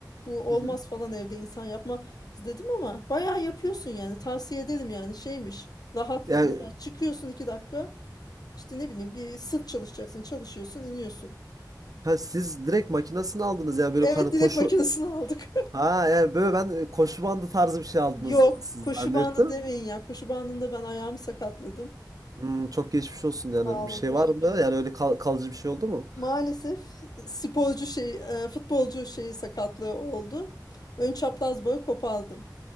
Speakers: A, on the left; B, on the right.
A: Bu
B: Hı hı.
A: olmaz falan evde insan yapma dedim ama bayağı yapıyorsun yani. Tavsiye ederim yani şeymiş. Rahatlık
B: Yani
A: mesela çıkıyorsun iki dakika. işte ne bileyim bir sırt çalışacaksın. Çalışıyorsun iniyorsun.
B: ha, siz direkt makinesini aldınız ya böyle
A: Evet
B: hani
A: direkt
B: koşu
A: makinesini aldık.
B: Ha yani böyle ben e, koşu bandı tarzı bir şey
A: <laughs>
B: aldınız
A: Yok
B: siz
A: koşu
B: zannettim.
A: bandı demeyin ya. Koşu bandında ben ayağımı sakatladım.
B: Hmm, çok geçmiş olsun yani
A: Sağ olun
B: bir şey
A: teşekkür
B: var mı? Yani
A: ederim.
B: öyle kal- kalıcı bir şey oldu mu?
A: Maalesef sporcu şey e, futbolcu şeyi sakatlığı oldu. Ön çapraz bağı kopardım.